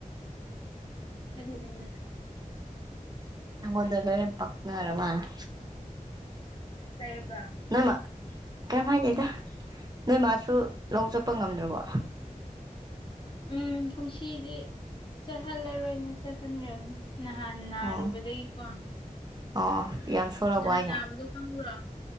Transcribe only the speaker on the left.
ꯑꯗꯨꯗꯤꯅꯦ
ꯀꯩꯕ
ꯎꯝ ꯀꯨꯝꯁꯤꯗꯤ ꯆꯠꯍꯜꯂꯔꯣꯏꯅ ꯆꯠꯍꯟꯗ꯭ꯔꯕꯅꯤ ꯅꯍꯥꯟ ꯅꯥꯔꯨꯕꯗꯩꯀꯣ
ꯅꯍꯥꯟ
ꯅꯥꯕꯗꯣ ꯈꯪꯕ꯭ꯔꯣ